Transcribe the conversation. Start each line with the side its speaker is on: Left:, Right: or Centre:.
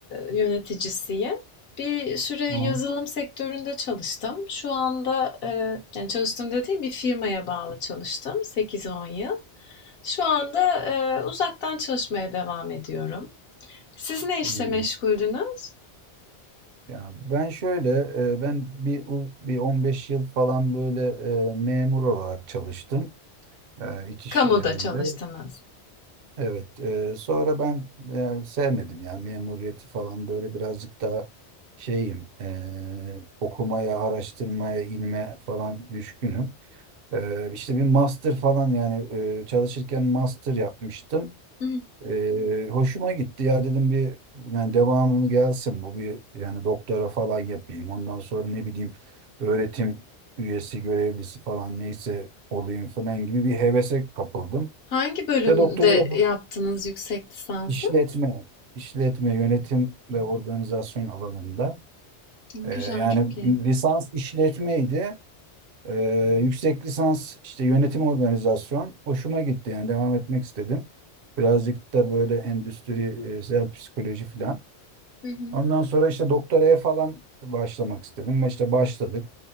Left: yöneticisiyim. Bir süre yazılım
Right: Ha.
Left: sektöründe çalıştım. Şu anda e, yani çalıştım dediğim bir firmaya bağlı çalıştım sekiz on yıl. Şu anda e, uzaktan çalışmaya devam ediyorum. Siz ne işle
Right: Hmm.
Left: meşguldünüz?
Right: Ya ben şöyle eee, ben bir u- bir 15 yıl falan böyle eee, memur olarak çalıştım eee iç işlerinde.
Left: Kamuda çalıştınız.
Right: Evet, e, sonra ben e, sevmedim ya memuriyeti falan böyle birazcık daha şeyim e, okumaya, araştırmaya, ilme falan düşkünüm. E, işte bir master falan yani e, çalışırken master yapmıştım.
Left: Hı hı.
Right: E, hoşuma gitti ya dedim bir yani devamını gelsin bu bir yani doktora falan yapayım. Ondan sonra ne bileyim öğretim üyesi, görevlisi falan neyse olayım falan gibi bir hevese kapıldım.
Left: Hangi bölümde
Right: İşte doktora
Left: yaptınız yüksek lisansı?
Right: İşletme,
Left: Hı,
Right: işletme, yönetim ve organizasyon alanında.
Left: Güzel,
Right: Ee, yani
Left: çok iyi.
Right: lisans işletmeydi. Ee, yüksek lisans işte yönetim organizasyon. Hoşuma gitti yani devam etmek istedim. Birazcık da böyle endüstriyel psikoloji falan.
Left: Hı hı.
Right: Ondan sonra işte doktoraya falan başlamak istedim. İşte başladık.